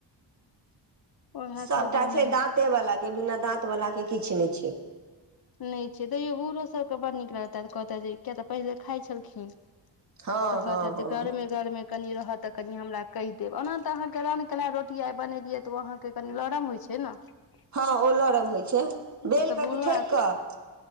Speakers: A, on the left; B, on the right.
A: उएह
B: सभटा
A: सब बनैया
B: छै दाँते वालला के बिना दाँत वलला के किछु नहि छै
A: नहि छै तैयो बूढ़ो सभके बड़ नीक लगताऽ कहताे जे किया तऽ पहिले खाइत छलखिन
B: हँ
A: तऽ कहततै
B: हँ हँ
A: गरमे गरमे कनी रह तक कनि हमरा कहि देब ओना तऽ अहाँके रन केेल रोटी आइ बनेलियै अहाँके कनि लरम होइ छै ने ओ
B: हँ लरम होइ छै बेल कऽ
A: तऽ बूढ़ो
B: कि ठोकि कऽ